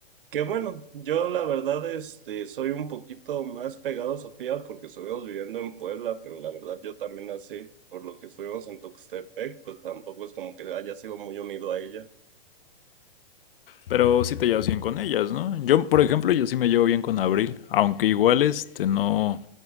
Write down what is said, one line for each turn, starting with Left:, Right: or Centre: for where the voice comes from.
Right: Que bueno, yo la verdad este, soy un poquito más pegado a Sofía porque estuvimos viviendo en Puebla, pero la verdad yo también así, por lo que estuvimos en Tuxtepec, pues tampoco es como que haya sido muy unido a ella.
Left: Pero sí te llevas bien con ellas, ¿no? Yo, por ejemplo, yo sí me llevo bien con Abril, aunque igual este no,